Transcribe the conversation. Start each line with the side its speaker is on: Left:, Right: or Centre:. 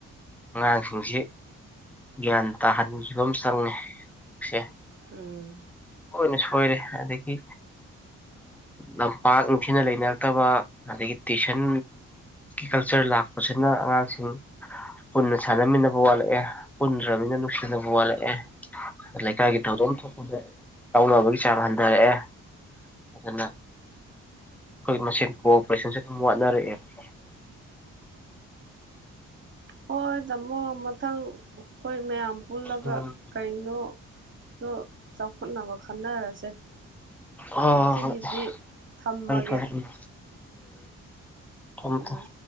Centre: ꯑꯉꯥꯡꯁꯤꯡꯁꯤ ꯒ꯭ꯌꯥꯟ ꯇꯥꯍꯟꯈꯤꯕ ꯑꯃ ꯆꯪꯉꯦ ꯁꯦ
Right: ꯎꯝ
Centre: ꯍꯣꯏꯅ ꯁꯣꯏꯔꯦ ꯑꯗꯒꯤ ꯂꯝꯄꯥꯛ ꯅꯨꯡꯊꯤꯅ ꯂꯩꯅꯔꯛꯇꯕ ꯑꯗꯒꯤ ꯇꯨꯏꯁꯟ ꯀꯜꯆꯔ ꯂꯥꯛꯄꯁꯤꯅ ꯑꯉꯥꯡꯁꯤꯡ ꯄꯨꯟꯅ ꯁꯥꯟꯅꯃꯤꯟꯅꯕ ꯋꯥꯠꯂꯛꯑꯦ ꯄꯨꯟꯗ꯭ꯔꯅꯤꯅ ꯅꯨꯡꯁꯤꯅꯕ ꯋꯥꯠꯂꯛꯑꯦ ꯂꯩꯀꯥꯏꯒꯤ ꯊꯧꯗꯣꯛ ꯑꯃ ꯊꯣꯛꯄꯗꯥ ꯌꯥꯎꯅꯕꯒꯤ ꯆꯥꯡ ꯍꯟꯊꯔꯛꯑꯦ ꯑꯗꯨꯅ ꯑꯩꯈꯣꯏ ꯃꯁꯦꯟ ꯀꯣꯑꯣꯄꯔꯦꯁꯟꯁꯦ ꯑꯗꯨꯝ ꯋꯥꯠꯅꯔꯛꯑꯦꯕ
Right: ꯍꯣꯏ ꯇꯥꯃꯣ ꯃꯊꯪ ꯑꯩꯈꯣꯏ ꯃꯌꯥꯝ ꯄꯨꯜꯂꯒ
Centre: ꯎꯝ
Right: ꯀꯩꯅꯣꯗꯣ ꯆꯥꯎꯈꯠꯅꯕ ꯈꯟꯅꯔꯁꯦ
Centre: ꯍꯣꯍꯣꯏ
Right: ꯉꯁꯤꯒꯤꯗꯤ ꯊꯝꯃꯒꯦ
Centre: ꯐꯥꯔꯦ ꯐꯥꯔꯦ ꯎꯝ ꯊꯝꯃꯨ
Right: ꯎꯝ
Centre: ꯊꯝꯃꯨ